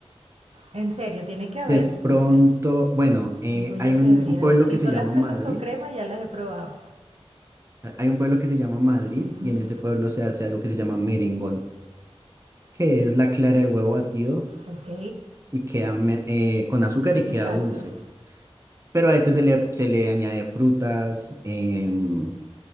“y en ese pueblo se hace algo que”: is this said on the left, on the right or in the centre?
Right